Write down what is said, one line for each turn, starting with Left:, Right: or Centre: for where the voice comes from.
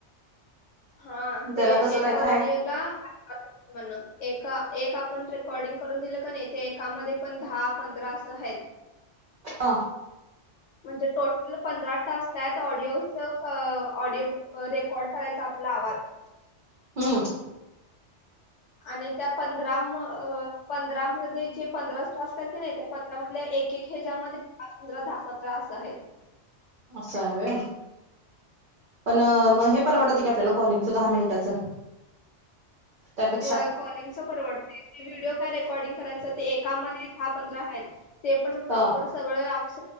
Left: हा ते
Right: त्याला कसं
Left: एका
Right: काय काय
Left: वडियाला म्हणून एक एक आपण रेकॉर्डिंग करून दिलं का नाही ते एकामध्ये पण दहा पंधरा सहेत
Right: हा
Left: म्हणजे टोटल पंधरा टास्क आहेत ऑडिओ ऑडिओ रेकॉर्ड करायचा लावाद
Right: हम्म
Left: आणि त्या पंधरा पंधरामध्येध्ये जे पंधराच तास करायच नाही त्या पंरा मध एक एक ह्याच्यामध्ये हा पंधरा दहा पंधरा असं आहेत
Right: असं आहे पण
Left: हा
Right: मग हे परवडतं की आपल्याला कॉलिंगचं दहा मिनिटाचं त्यापेक्षा
Left: होय कॉलिंग च परवडतंय व्हिडिओ काय रेकॉर्डिंग करायचं ते एकामध्ये दहा पंधरा आहेत ते पण प्रॉपर
Right: हा
Left: सगळं अरात